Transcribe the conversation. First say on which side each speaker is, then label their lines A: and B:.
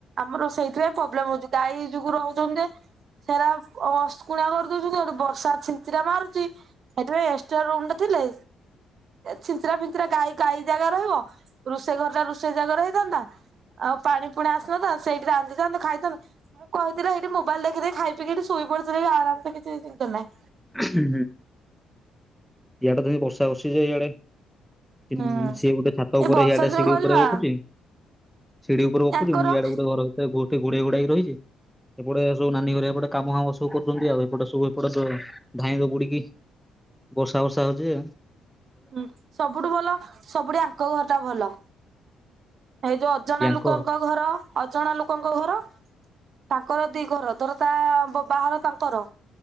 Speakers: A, on the right (about 55°); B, in the centre.
A: ଆମର ସେଇଥିପାଇଁ ପ୍ରୋବ୍ଲେମ ଉଛି ଗାଈ ଯୋଗୁ ରହୁଛନ୍ତଯେ ହେରା ଅସ୍କୁଣା କରିଦଉଛନ୍ତି ସେଠୁ ବର୍ଷା ଛିଞ୍ଚିରା ମାରୁଛି। ଏଥିପାଇଁ ଏକ୍ସଟ୍ରା ରୁମ୍ ଟେ ଥିଲେ ଛିଞ୍ଚିରା ଫିଞ୍ଚିରା ଗାଈ ଗାଈ ଜାଗା ରହିବ ରୁଷେଇ ଘର ଟା ରୁଷେଇ ଜାଗା ରହିଥାନ୍ତା। ଆଉ ପାଣି ପୁଣା ଆସିନତା ସେଇଠି ରାନ୍ଧିଥାନ୍ତ ଖାଇଥାନ୍ତୁ। ମୁଁ କହିଥିଲେ ଏଇଠି ମୋବାଇଲ୍ ଦେଖି ଦେ ଖାଇ ପିକି ଠି ଶୋଇ ପଡିଥିଲେ ବି ଆରାମ୍ ସେ କିଛି ଚିନ୍ତା ନାହିଁ।
B: ହୁଁ ଇଆଡେ ତ ଏ ବର୍ଷା ବସିିଯେ ଇଆଡେ ଉଁ
A: ହୁଁ
B: ସିଏ ଗୋଟେ ଛାତ
A: ଏଇ
B: ଉପରେ
A: ବର୍ଷା
B: ଇଆଡେ
A: ଦିନ
B: ସିଢି
A: କହିଲି
B: ଉପରେ
A: ବା
B: ଗ‌ପୁଛି। ସିଡି ଉପରେ
A: ୟାଙ୍କର
B: ପୁଛି ମୁଁ ଇଆଡେ ଗୋଟେ ଘର ଭିତରେ ଗୋଟେ ଘୋଡେଇ ଘୋଡାଇକି ରହିଛି। ଏପଟେ ସବୁ ନାନୀ ଘରିଆପଟେ କାମ ହାମ ସୁ କରୁଛନ୍ତି ଆଉ ଏପଟେ ସୁବୁ ଏପଟେସ ଧାଇଁ ଦ ବୁଡିକି ବର୍ଷା ବର୍ଷା ହଉଛି ଏ
A: ହୁଁ ସବୁଠୁ ଭଲ ସବୁଠି ଆଙ୍କ ଘର ଟା ଭଲ। ଏଇ ଯୋଉ ଅଜଣା
B: ୟାଙ୍କ
A: ଲୋକଙ୍କ ଘର ଅଜଣା ଲୋକଙ୍କ ଘର ତାଙ୍କର ଦି ଘର ଧର ତା ବବାହ ତାଙ୍କର